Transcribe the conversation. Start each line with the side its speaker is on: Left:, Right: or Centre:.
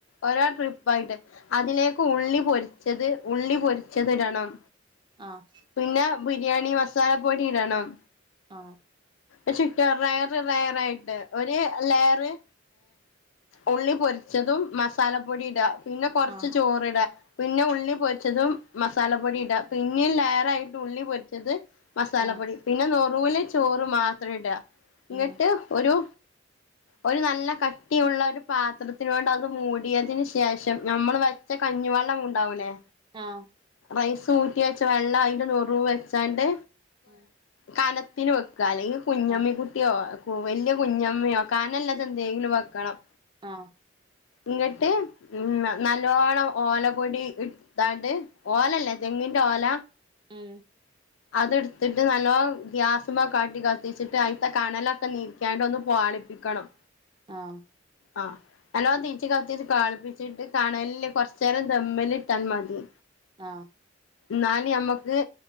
Left: ഓരോ ട്രിപ്പ ആായിട്ട്. അതിലേക്ക് ഉള്ളി പൊരിച്ചത് ഉള്ളി പൊരിച്ചത്ടണം.
Right: ആഹ.
Left: പിന്നെ ബിരിയാണി മസാല പൊടി ഇടണം.
Right: ആ.
Left: ന്നട്ട് റയർ റയർ ആായിട്ട് ഒരു ലെയറ്. ഉള്ളി പൊരിച്ചതും മസാലപ്പൊടി ഇടാ പിന്നെ കുറച്ച്
Right: ആഹ്
Left: ചോറ് ഇടാ. പിന്നെ ഉള്ളി പൊരിച്ചതും മസാലപ്പൊടി ഇട് പിന്നെയും ലേറായിട്ട് ഉള്ളി പൊരിച്ചത്. മസാലപ്പൊടി
Right: ഉം
Left: പിന്നെ നോറൂള് ചോറ് മാത്രം ഇടാ. ഇങ്ങിട്ട്
Right: ഉം
Left: ഒരു ഒരു നല്ല ക കട്ടിയുള്ള ഒരു പാത്രത്തിന് കൊണ്ട് അത് മൂടിയതിനന് ശേഷം നമ്മൾ വെച്ച കഞ്ഞി വെള്ളം ഉണ്ടാവൂലേ.
Right: ആഹ.
Left: റൈസ് ഊറ്റി വച്ച വെള്ളം അതിന്റെ നൊറു വെച്ചാണ്ട്
Right: ഉം
Left: കന. കുട്ടന് വെക്കുക അല്ലെങ്കിൽ കുഞ്ഞമ്മി
Right: ആഹ്
Left: കുട്ടിയോ വലിയ കുഞ്ഞമ്മിയോ കാനല്ലത് എന്തെങ്കിലും വെക്കണം.
Right: ആ
Left: ങ്ങട്ട് നല്ലോണം മ് ഓലകൊടി ഇ എട്ത്താണ്ട് ഓലല്ലേ തെങ്ങിന്റെ ഓല
Right: മ്
Left: അത് എട്‌ത്തിട്ട് നല്ലോ ഗ്യാസമാ കാട്ടി കത്തിച്ചിട്ട് അയിത്ത കണലൊക്കെ നീ ക്ക്യാണ്ട് ഒന്ന് പാളിപ്പിക്കണം.
Right: ആ.
Left: അ നല്ലോ തീജ്ജ് കത്തിച്ച് കാളിപ്പിച്ചിട്ട് കനലിൽ കൊറച്ചേരം ദമ്മിൽ ഇട്ടാൽ മതി.
Right: ആ.
Left: ന്നാൽ നമ്മക്ക്.